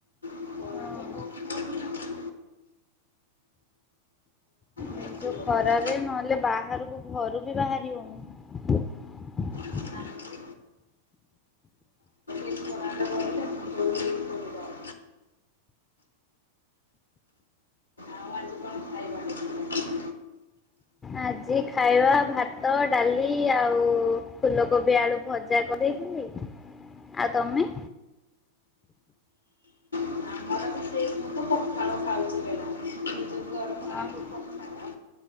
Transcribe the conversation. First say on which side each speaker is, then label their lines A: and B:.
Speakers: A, on the left; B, on the left.
A: କମ ହଉନି
B: ହଁ।
A: ଆଉ ଗରମ ବେଶୀ
B: ଏଇ ଯୋଉ
A: ଗରମ
B: ଖରାରେ
A: ନା
B: ନହେଲେ ବାହାରକୁ ଘରୁ ବି ବାହାରି ହୋଉନି।
A: ଯେ ବାହାରକୁ ଏଇ ଖରାରେ ଗଲେ ମୁଣ୍ଡ ବୁଲେଇକି ପଡିବ ଆଉ। ଆଉ ଆଜି କଣ ଖାଇବା ହେଇଥିଲା?
B: ଆଜି ଖାଇବା ଭାତ, ଡାଲି ଆଉ ଫୁଲକୋବି ଆଳୁ ଭଜା କରେଇଥିଲି। ଆଉ ତୋମେ?
A: ଆମର ବି ସେଇ ମୁଁ ତ ପଖାଳ ଖାଉଛି ବେଳାରେ ନିଜ ଗରମ ଖାଏ
B: ଆଁ ରେ
A: ପଖାଳ